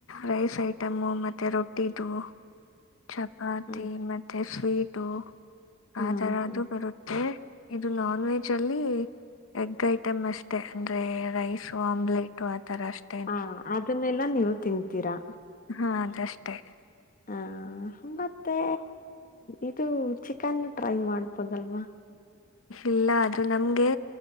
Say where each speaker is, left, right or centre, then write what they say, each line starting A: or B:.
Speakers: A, on the left; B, on the left.
A: ರೈಸ್ ಐಟಮ್ಮು ಮೆ ರೊಟ್ಟಿದು ಚಪಾತಿ
B: ಹ
A: ಮತ್ತೆ ಸ್ವೀಟು
B: ಹ್ಮ್
A: ಆ ತರ್ದು
B: ಹ್ಮ್
A: ಬರುತ್ತೆ ಇದು ನಾನ್ ವೆಜ್ ಅಲ್ಲಿ ಎಗ್ ಐಟಮ್ ಅಷ್ಟೇ ಅಂದ್ರೆ ರೈಸು ಆಮ್ಲೆಟು ಆಥರ ಅಷ್ಟೆ
B: ಹಾ ಅದನ್ನೆಲ್ಲಾ ನೀವು ತಿಂತೀರಾ
A: ಹಾ ಅದಷ್ಟೇ
B: ಹಾ ಮತ್ತೆ ಇದು ಚಿಕನ್ನು ಟ್ರೈ ಮಾಡ್ಬೋದಲ್ವಾ?
A: ಇಲ್ಲ ಅದು ನಮ್ಗೆ